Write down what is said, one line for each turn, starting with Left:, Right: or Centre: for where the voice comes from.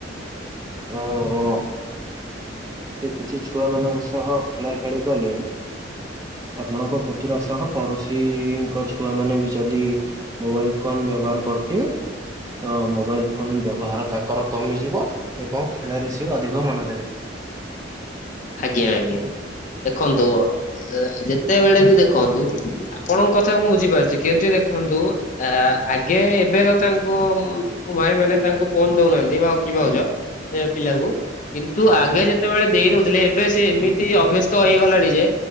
Right: ହଁ, ହଁ। ସେ କିଛି ଛୁଆମାନଙ୍କ ସହ ଖେଳା ଖେଳି କଲେ ଆପଣଙ୍କ ପୁତୁରା ସହ ପଡୋଶୀଙ୍କ ଛୁଆ ମାନେ ବି ଯଦି ମୋବାଇଲ୍ ଫୋନ୍ ବ୍ୟବହାର କରୁଥିବେ ତ ମୋବାଇଲ୍ ଫୋନ୍ ବ୍ୟବହାର ତାଙ୍କର କମିଯିବ ଏବଂ ଖେଳରେ ସିଏ ଅଧିକ ମନ ଦେବେ। <inaudible>
Left: ଆଜ୍ଞା ଆଜ୍ଞା ଦେଖନ୍ତୁ
Right: ଆଜ୍ଞା
Left: ଏ ଯେତେବେଳେ ବି ଦେଖନ୍ତୁ ଆପଣଙ୍କ କଥାକୁ ମୁଁ ବୁଝିପାରୁଛି କେମତି ଦେଖନ୍ତୁ ଆ ଆଗେ ଏବେ ତ ତାଙ୍କୁ ମୁଁ ମୋ ଭାଇ ମାନେ ତାଙ୍କୁ ଫୋନ୍ ଦଉନାହାନ୍ତି ଭାଉ କି ଭାଉଜ ଏ ପିଲାଙ୍କୁ କିନ୍ତୁ
Right: ଆଜ୍ଞା
Left: ଆଗେ ଯେତେବେଳେ ଦେଇଦଉ ଥିଲେ ଏବେ ସେ ଏମିତି ଅଭ୍ୟସ୍ତ ହେଇଗଲାଣି ଯେ